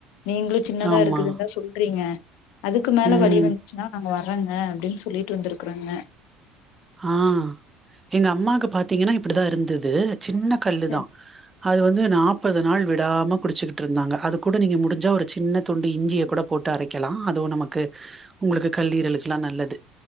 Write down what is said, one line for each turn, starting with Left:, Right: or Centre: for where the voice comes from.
Left: நீங்குளு சின்னதா
Right: ஆமா
Left: இருக்குதுன் தா சொல்றீங்க அதுக்கு மேல
Right: ம்
Left: வழி வந்துச்சுனா நாம் வர்றங்க அப்டின் சொல்லிட் ட்டு வந்திருக்கறோங்க
Right: ஆஹ் எங்க அம்மாக்கு பாத்தீங்கன்னா இப்டிதா இருந்துது சின்ன கல்லுதா
Left: சரி
Right: அது வந்து நாப்பது நாள் விடாம குடிச்சுக்கிட் இருந்தாங்க அது கூட நீங்க முடிஞ்சா ஒரு சின்ன துண்டு இஞ்சிய கூட போட்டு அரைக்கலா அதுவு நமக்கு உங்குளுக்கு கல்லீரலுக்லா நல்லது